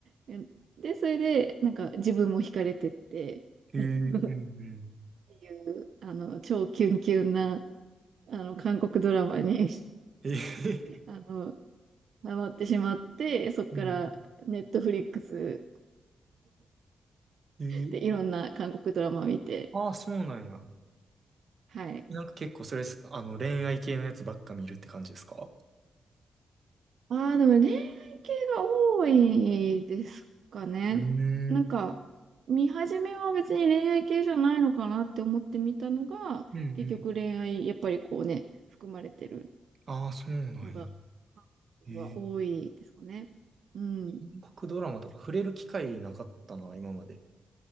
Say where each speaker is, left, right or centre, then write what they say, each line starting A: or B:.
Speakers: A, on the right (about 65°); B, on the right (about 40°).
A: えで、それで、なんか、自分も惹かれてって、<laughs>
B: へえ、
A: っ
B: うんうん。
A: ていう、あの、超キュンキュンな、あの、韓国ドラマに
B: えー、
A: <laughs> あの、ハマってしまって、そっから、
B: うん。
A: ネットフリックス
B: えー、ああはいはいうんうん <laughs> はいうんうんうんへえうんうんへえうんへえ
A: で、いろんな韓国ドラマ見て、
B: ああそうなんや。
A: はい。
B: なんか結構それす、あの、恋愛系のやつばっか見るって感じですか
A: ああ、でも恋愛系が多いですかね。
B: うーん、
A: なんか、見始めは別に恋愛系じゃないのかなって思ってみたのが、
B: うんうん。
A: 結局恋愛、やっぱりこうね、含まれてる
B: ああ、そうなんや。
A: のが、韓国は多いですかね。
B: ええ
A: うん。
B: 韓国ドラマとか触れる機会なかったな、今まで。